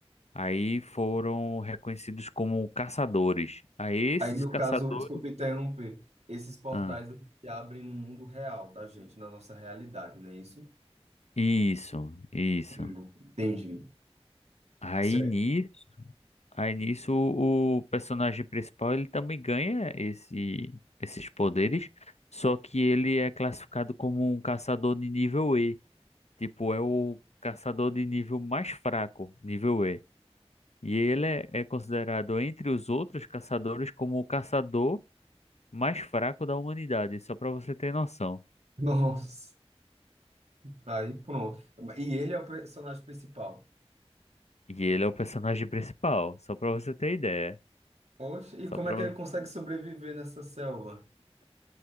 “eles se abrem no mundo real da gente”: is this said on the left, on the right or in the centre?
Right